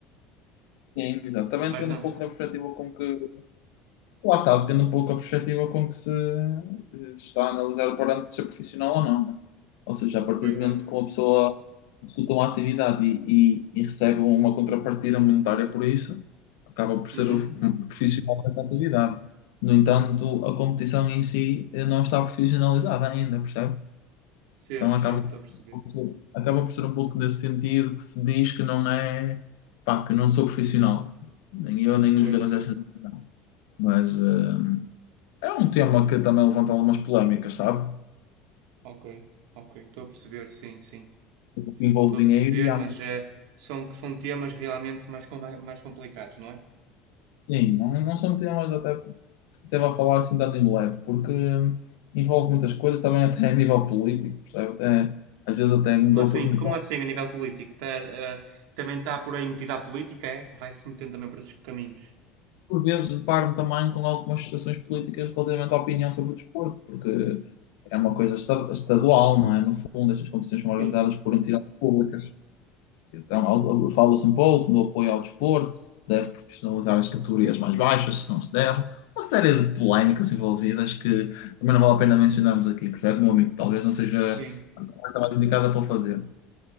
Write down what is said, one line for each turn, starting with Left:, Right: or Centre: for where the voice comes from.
Left: Sim, exato. Também
Right: Mas
Left: depende
Right: não,
Left: um pouco da perspectiva com que. Lá está, depende um pouco da perspectiva com que se, se está a analisar o parâmetro de ser profissional ou não, né? Ou seja, a partir
Right: pois
Left: do
Right: bem.
Left: momento que uma pessoa executa uma atividade e, e- e recebe uma contrapartida monetária por isso, acaba por ser
Right: Uhum.
Left: o- um profissional dessa atividade. No entanto, a competição em si eh, não está profissionalizada ainda, percebe?
Right: Percebo,
Left: Então
Right: percebo,
Left: acaba,
Right: estou a perceber.
Left: por ser- acaba por ser um pouco nesse sentido que se diz que não é, pá, que não sou profissional. Nem eu, nem
Right: Pois,
Left: os jogadores
Right: pois.
Left: desta. Mas eh, é um tema que também levanta algumas polémicas, sabe?
Right: Ok, ok, estou a perceber, sim, sim.
Left: Porque envolve
Right: Estou a perceber,
Left: dinheiro e há...
Right: mas é, são, são temas realmente mais, com- mais complicados, não é?
Left: Sim, não, não são temas até que se deva a falar assim dando em leve, porque envolve muitas coisas também até a nível político, percebe? Até, às vezes até mudou
Right: Como assim?
Left: de
Right: Como assim a nível político? Tá, ah, também está por aí metida a política, é? Vai-se metendo também por esses caminhos.
Left: por vezes deparo-me também com algumas situações políticas relativamente à opinião sobre o desporto, porque é uma coisa esta- estadual, não é? No fundo, estas competições
Right: Sim,
Left: são organizadas por entidades públicas. Então, ao- ao- fala-se um pouco do apoio ao desporto, se deve profissionalizar as categorias mais baixas, se não se deve. Uma série de polémicas envolvidas que também não vale a pena mencionarmos aqui, percebe, meu amigo? Talvez não seja
Right: sim.
Left: a conversa mais indicada para fazer.